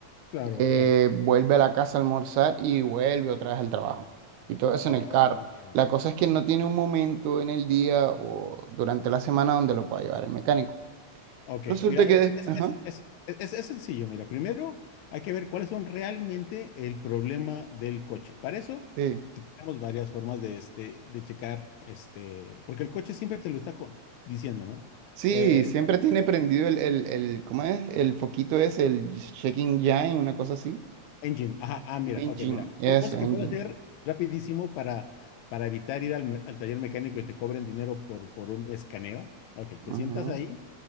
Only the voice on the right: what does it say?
eh,
vuelve a la casa a almorzar y vuelve otra vez al trabajo. Y todo eso
en el carro. La cosa es que no tiene un momento en el día o durante la semana donde lo pueda llevar el mecánico.
Resulta
que...
des-
Ajá,
sí.
Sí,
siempre tiene prendido el, el, el, ¿cómo es? El foquito ese, el checking engine, una cosa así.
Engine,
eso,
engine.
Ajá.